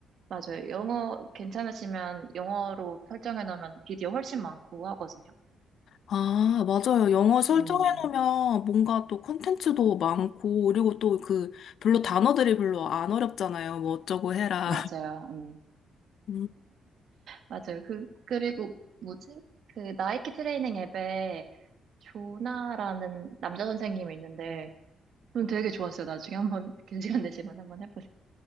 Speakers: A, on the right; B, on the left.
A: 맞아요. 영어 괜찮으시면 영어로 설정해 놓으면 비디오 훨씬 많고 하거든요.
B: 아, 맞아요. 영어 설정해놓으면
A: 음,
B: 뭔가 또 컨텐츠도 많고, 그리고 또 그 별로 단어들이 별로 안 어렵잖아요. 뭐 어쩌고 해라.
A: 맞아요. 음,
B: <laughs>
A: 맞아요. 그, 그리고 뭐지? 그 나이키 트레이닝 앱에 조나라는 남자 선생님이 있는데 좀 되게 좋았어요. 나중에 한번 <laughs> 긴 시간 되시면 한번 해보세요.